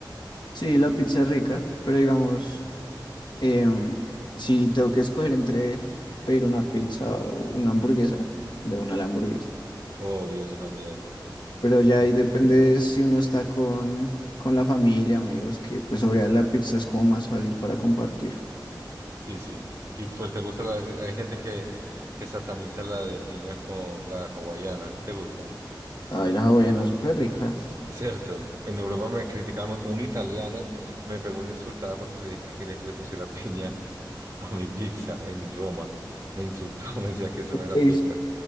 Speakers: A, on the left; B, on the right.
A: Sí, la pizza es rica, pero digamos, em, si tengo que escoger entre pedir una pizza o una hamburguesa, de una la hamburguesa.
B: obvio, yo también.
A: Pero ya
B: Me-
A: ahí depende si uno está con, con la familia, amigos, que pues obviamente la pizza es como más fácil para compartir.
B: Sí, sí. Y pues te gusta la... eh, Hay gente que, que sataniza la de piña con la hawaiana. ¿A ti te gusta?
A: Ay, la hawaiana es súper rica.
B: Cierto. En Europa me criticamos. Un italiano me pegó una insultada porque le dije que quería que le pusiera <laughs> piña a mi pizza en Roma. Me insultó, <laughs> me decía que eso no era
A: Es-
B: pizza.